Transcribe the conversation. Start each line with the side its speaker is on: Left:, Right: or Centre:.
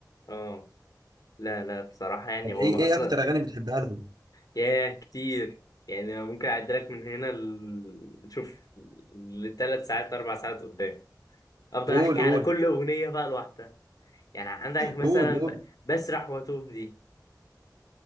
Left: اه لا لا بصراحه يعني
Right: طب
Left: هو
Right: ايه
Left: اصلا
Right: ايه اكتر اغاني بتحبها لهم
Left: ياه كتير يعني أنا ممكن اعدلك من هنا ل... شوف لثلاث ساعات اربع ساعات قدام افضل
Right: قول
Left: احكي على
Right: قول
Left: كل اغنيه بقى لوحدها يعني عندك مثلا
Right: قول قول
Left: ب... بسرح واتوه دي